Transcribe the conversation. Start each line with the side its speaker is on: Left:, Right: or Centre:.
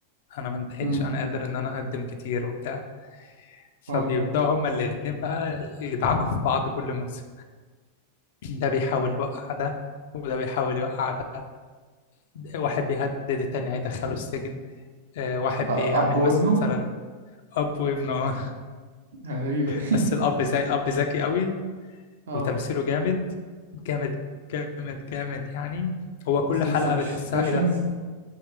Left: أنا ما انتهتش
Right: امم
Left: أنا قادر إن أنا أقدم كتير وبتاع فبيبدأوا
Right: اه
Left: هما الاتنين بقى يدعكوا في بعض كل موسم ده بيحاول يوقع ده وده بيحاول يوقع ده واحد بيهدد التاني هيدخله السجن آه، واحد
Right: ده
Left: بيعمل
Right: اب وابنه
Left: مثلا اب وابنه <laughs>
Right: غريبه دي
Left: بس الاب زي الاب ذكي قوي
Right: <laughs> اه
Left: وتمثيله جامد جامد جامد جامد يعني هو كل
Right: اسمه
Left: حلقة
Right: سكسيشنز
Left: بتحسها ايه ده